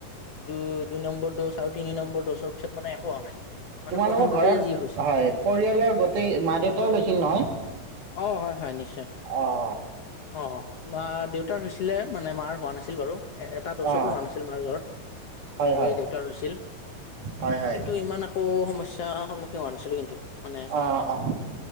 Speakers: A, on the left; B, on the right.
A: দুই-দুই নম্বৰ ড'জ আৰু তিনি নম্বৰ ড'জৰ পিছত মানে একো হোৱা নাই কিন্তু। মানে
B: তোমালোকৰ
A: প্ৰথমটোতেই
B: ঘৰত
A: যি হৈছিল
B: হয় পৰিয়ালৰ গোটেই মা দেউতাও লৈছিল নহয়?
A: অ', হয়, হয় নিশ্চয়
B: অঁ
A: অ' অ' মা দেউতাৰ হৈছ ছিলে মানে মাৰ হোৱা নাছিল বাৰু এটা ড'জতো
B: অঁ
A: হোৱা নাছিল মাৰ জ্বৰ।
B: হয়
A: তোৰ
B: হয়।
A: এই দেউতা হৈছিল বাকী
B: হয় হয়।
A: কিন্তু ইমান একো সমস্যা সন্মুখীন হোৱা নাছিলো কিন্তু। মানে
B: অ', অ',